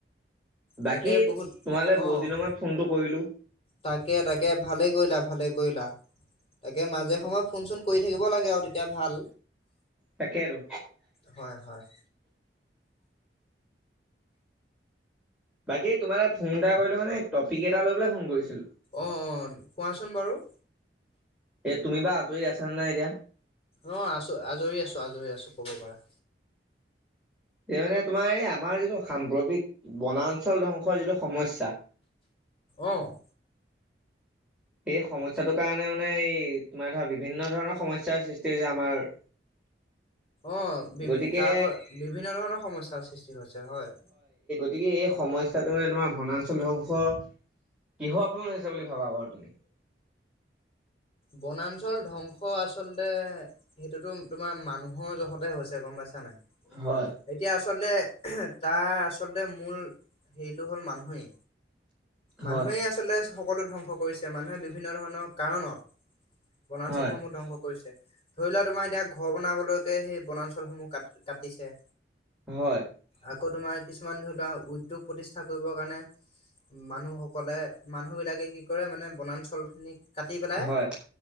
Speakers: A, in the centre; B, on the left.
A: বাকী
B: তাকে, বহুত
A: তোমালৈ বহুত
B: অ',
A: দিনৰ মূৰত ফোনটো কৰিলো
B: তাকে, তাকে, ভালেই কৰিলা, ভালেই কৰিলা তাকে, মাজ যে, সময় ফোন, চোন কৰি থাকিব লাগে আৰু তেতিয়া ভাল।
A: তাকেতো
B: হয়, হয়।
A: বাকী তোমালে ফোন এটা কৰিলোঁ, মানে এ, টপিক এটা লৈ পেলাই ফোন কৰিছিলোঁ।
B: অ', অ', কোৱাচোন বাৰু।
A: এ, তুমি বা আজৰি আছানে নাই এতিয়া?
B: অ', আছোঁ, আজৰি আছোঁ, আজৰি আছোঁ ক'ব পাৰা।
A: সেই মানে তোমাৰ এই আমাৰ যিটো সাম্প্ৰতিক বনাঞ্চল ধ্বংসৰ যিটো সমস্যা।
B: অহ'।
A: এই সমস্যাটোৰ কাৰণে মানে এই তোমাৰ ধৰা বিভিন্ন ধৰণৰ সমস্যাৰ সৃষ্টি হৈছে আমাৰ।
B: অ' বি
A: গতিকে
B: তাৰ পৰা বিভিন্ন ধৰণৰ সমস্যাৰ সৃষ্টি হৈছে হয়।
A: গতিকে এই সমস্যাটো মানে তোমাৰ বনাঞ্চল ধ্বংসৰ, কিহৰ ফলত হৈছে বুলি ভাবা বাৰু তুমি?
B: বনাঞ্চল ধ্বংস আচলতে সেইটোতো তোমাৰ মানুহৰ জহতে হৈছে। গম পাইছা নাই?
A: হয়,
B: এতিয়া আ আচলতে, তাৰ আচলতে মূল হেৰিটো হ'ল মানুহেই।
A: হয়,
B: মানুহে আচলতে সকলো ধ্বংস কৰিছে মানুহে <unintelligible> বিভিন্ন ধৰণৰ কাৰণত। বনাঞ্চলসমূহ
A: হয়,
B: ধ্বংস কৰিছে। ধৰি লোৱা, তোমাৰ এতিয়া ঘৰ বনাবলৈকে সেই বনাঞ্চলসমূহ কাট-কাটিছে।
A: হয়।
B: আকৌ তোমাৰ কিছুমান ধৰি লোৱা উদ্যোগ প্ৰতিষ্ঠা কৰিবৰ কাৰণে। মানুহসকলে মানুহ বিলাকে কি কৰে মানে বনাঞ্চল খিনিক কাটি পেলাই।
A: হয়,